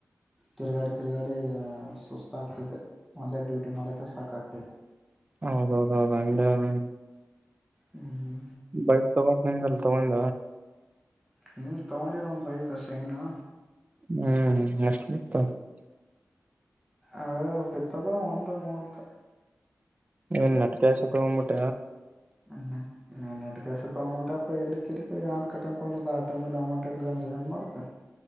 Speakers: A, in the centre; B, on the right.
A: ತಿರ್ಗಾಡಿ ತಿರ್ಗಾಡಿ ಸುಸ್ತಾಗ್ತತೆ ಒಂದೇ ಡ್ಯೂಟಿ ಮಾಡಕ ಸಾಕಾಗ್ತಿತ್ತು
B: ಹೌದೌದೌದು ಹ
A: ಹ್ಮ್ ಹ್ಮ
B: ಬೈಕ್ ತಗೋಂದಲ್ ತಗೊಂಡ
A: ಹ್ಮ್ ತಗೊಂಡಿರ ಒಂದ ಬೈ ಕಸ ಏನು
B: ಹ್ಮ್ ಎಷ್ಟತ್ತು
A: ಅ ಬೆತಾವ ಒಂದಂದು ಮತ
B: ಇ ನಟಕಸ ತಗೊಬಿಟ್ಟ
A: ಹಯಾ ನ ನೆಟ್ ಕಸ್ ತಗೊಂಬಿಟ್ಟಪ್ಪ ಎಲ್ಲಿ ಕರಿರಿ ಏ ಕಟ್ಟೊಂಡಕಂದ್ರದು ಆ ಟೈಮಲ್ಲಿ ಅಮೌಂಟ್ ಇರಿಲ್ಲ ಅಂದೆ ಏನು ಮಾಡತೇನೆ